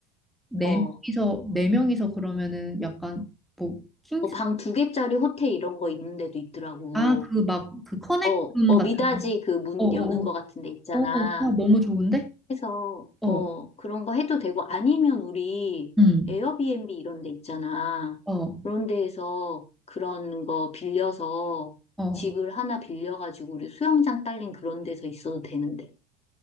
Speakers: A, in the centre; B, on the left (about 30°).
A: 네
B: 어,
A: 명이서 네 명이서 그러면은 약간 뭐 킹스
B: 어, 방 두 개짜리 호텔 이런 거 있는 데도 있더라고.
A: 아, 그 막, 그 커넥룸
B: 어, 어,
A: 같은
B: 미닫이
A: 거.
B: 그 문
A: 어어어.
B: 여는 거 같은 데 있잖아.
A: 어, 어, 어, 아, 너무 좋은데?
B: 해서
A: 어,
B: 어 그런 거 해도 되고 아니면 우리
A: 응,
B: 에어비앤비 이런 데 있잖아.
A: 어,
B: 그런 데에서 그런 거 빌려서
A: 어.
B: 집을 하나 빌려가지고 우리 수영장 딸린 그런 데서 있어도 되는데.